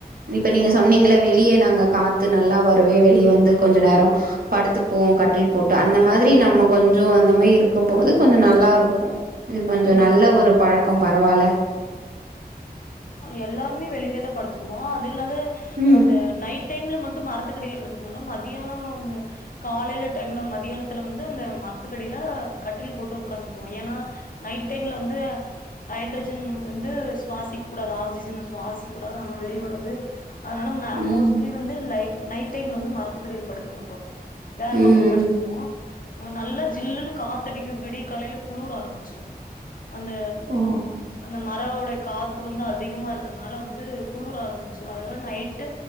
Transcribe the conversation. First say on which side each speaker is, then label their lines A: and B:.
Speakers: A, on the right (about 60°); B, on the left (about 55°).
A: இப்ப நீங்க சொன்னீங்களே வெளிய நாங்க காத்து நல்லா வருவே வெளிய வந்து கொஞ்ச நேரோ படுத்துப்போ கட்டில் போட்டு அந்த மாதிரி நம்ம கொஞ்சோ அந்த மார் இருக்கும்போது கொஞ்சோ நல்லா இருக்கு இது கொஞ்சோ
B: ம்
A: நல்ல
B: ம்
A: ஒரு பழக் கும் பரவால்ல
B: அ எல்லாருமே வெளில தா படுத்துக்குவோ அது இல்லாத
A: ம்
B: அந்த நைட் டைம்ல மட் மரத்துக்கடியில படுத்துக்க மாட்டோ மட் மதியானோ அந்த காலைல டைம்ல மதியானத்துல வந்து அங்க மரத்துக்கடியில கட்டில் போட்டு உக்காந்துக்குவோ ஏனா நைட் டைம்ல வந்து ஹட்ரஜன் வந்து சுவாசி க்கூடாது ஆக்சிஜன சுவாசிக்க கூடாது நம்ம வெளியுடுறது அதனால நா
A: ம்
B: மோஸ்ட்லி வந்து லை நைட் டைம்ல வந்து மரத்துக்கடியில படுக்க மாட்டோ வேற
A: ம்
B: பக்க படுத்துக்குவோ நல்லா ஜில்லுன்னு காத்தடிக்கு விடிய காலையில குளுர் ஆரம்பிச்சுரு அந்த
A: ஓ
B: அந்த மரோ அ காத் த்து வந்து அதிகமா இருக்கறனால வந்து குளுர ஆரம்பிச்சுரு அதனால நைட்டு